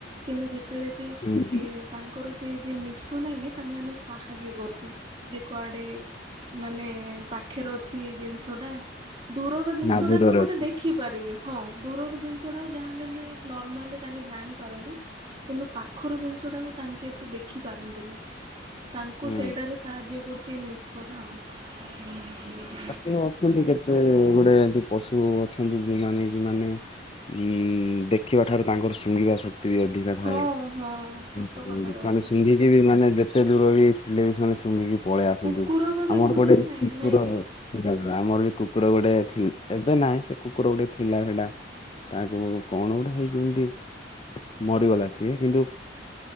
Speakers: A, on the right (about 30°); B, on the left (about 30°).
A: କିନ୍ତୁ ଯେତେବେଳେ ଯେ
B: ହୁଁ
A: ଏ ତାଙ୍କର ଯେ ଯେ ନିଶ ନଇକି ତାଙ୍କାନ ସାହାଯ୍ୟ କରୁଛି ଯେ କୁଆଡେ ମାନେ ପାଖରେ ଅଛି ଜିନିଷଟା ଦୂରର ଜିନିଷଟାକୁ
B: ନା ଦୂରରେ
A: ଗୋଟେ
B: ଅଛି
A: ଦେଖିବା କରିବେ। ହଁ ଦୂର ଜିନିଷଟା ଯାହାହେଲେ ନୋରର୍ମାଲି ତାଙ୍କେ ଜାଣି ପାରନ୍ତି। କିନ୍ତୁ ପାଖର ଜିନିଷଟାକୁ ତାଙ୍କେ ଏତେ ଦେଖି ପାରନ୍ତିନି। ତାଙ୍କୁ
B: ହୁଁ।
A: ସେଇଟାରେ ସାହାଯ୍ୟ କରୁଛି ନିଶଟା ଆଉ।
B: ଏ କେତେ ଗୋଡେ ଏମି ପଶୁ ଅଛନ୍ତି ଯୋଉମାନେ କି ମାନେ ଉଁ ଦେଖିବା ଠାରୁ ତାଙ୍କର ଶୁଣିବା ଶ ଅଧିକା ଥାଏ
A: ହଁ- ହଁ ସତ
B: ସେମାନେ
A: କଥା କହିଲୁ।
B: <unintelligible> ମାନେ ଯେତେ ଦୂର ବି ଥିଲେ ବି ସେମାନେ ଶୁଙ୍ଘିକି ପଳେଇ ଆସନ୍ତୁ।
A: କୁକୁର ତ ଦେଖୁଛ
B: ଆମର ଗୋଟେ
A: କି
B: କୁକୁର
A: ନାଇଁ ନାଇଁ କି
B: <unintelligible> ଆମର ବି କୁକୁର ଗୋଟେ ଅଛି, ଏବେ ନାହିଁ ସେ କୁକୁର ଗୋଟେ ଥିଲା ସେଇଟା। ତାକୁ କଣ ଗୋଟେ ହେଇକି ଏମତି, ମରିଗଲା ସିଏ। କିନ୍ତୁ